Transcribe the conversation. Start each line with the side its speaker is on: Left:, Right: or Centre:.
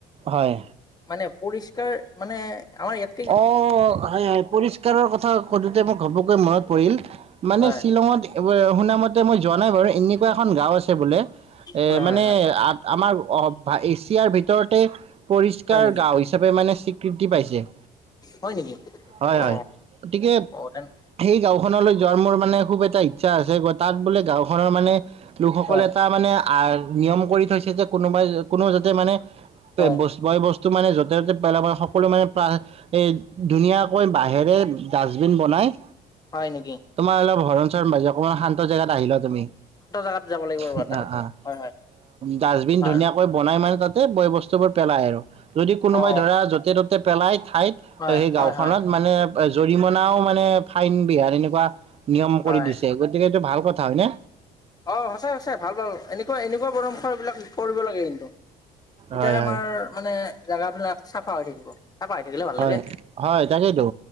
Right: হয়।
Left: মানে পৰিষ্কাৰ মানে, আমাৰ ইয়াত
Right: অ হয়, হয় পুলিচ। <unintelligible> কথা সোধোতে মোক ঘপককৈ হ'বকৈ মনত পৰিল, মানে
Left: হয়
Right: শ্বিলঙত <unintelligible> শুনা মতে মই যোৱা নাই বাৰু এনেকুৱা এখন গাওঁ আছে বোলে। এ
Left: হয়
Right: মানে
Left: হয় হয়
Right: আ-আমাৰ এ-এছিয়াৰ ভিতৰতে পৰিষ্কাৰ
Left: হয় নেকি
Right: গাওঁ হৈছ হিচাপে মানে স্বীকৃতি পাইছে।
Left: হয় নেকি?
Right: হয়,
Left: অ
Right: হয় গতিকে।
Left: <unintelligible>
Right: সেই গাঁওখনলৈ যোৱাৰ মোৰ মানে খুব এটা ইচ্ছা আছে তাত বোলে গাওঁখনৰ মানে। লোকসকলে
Left: হয়
Right: এটা মানে আহ নিয়ম কৰি থৈছে যে, কোনোবাই কোনো যাতে মানে
Left: হয়
Right: বস বয় বস্তু মানে য'তে ত'তে পেলাব <unintelligible> সকলো বাহ এ ধুনীয়াকৈ বাঁহেৰে ডাষ্টবিন বনাই।
Left: হয় নেকি?
Right: তোমাৰ অলপ হৰণ চৰণ বাজে, অকণমান শান্ত জেগাত আহি লোৱা তুমি।
Left: তাত যাব লাগিব ৰ'বা।
Right: আহ আহ
Left: <unintelligible>
Right: ডাষ্টবিন ধুনীয়াকৈ
Left: আৰু
Right: বনাই মানে তাতে বয় বস্তুবোৰ পেলায় আৰু। যদি কোনোবাই
Left: অ
Right: ধৰা য'তে ত'তে পেলাই ঠাইত
Left: হয়
Right: সেই
Left: হয়
Right: গাঁওখনত
Left: হয়
Right: মানে। জৰিমনাও মানে ফাইন বিহাৰ এনেকুৱা নিয়ম
Left: হয়
Right: কৰি দিছে গতিকে এইটো ভাল কথা হয় নে?
Left: অ' সঁচাইসঁচাই ভাল, ভাল এনেকুৱা, এনেকুৱা <unintelligible> বিলাক কৰিব লাগে কিন্তু। এতিয়া
Right: হয়
Left: আমাৰ
Right: হয়
Left: মানে জাগাবিলাক চাফা হৈ থাকিব। চাফা হৈ থাকিলে ভাল
Right: হয়,
Left: লাগে
Right: হয় তাকেইতো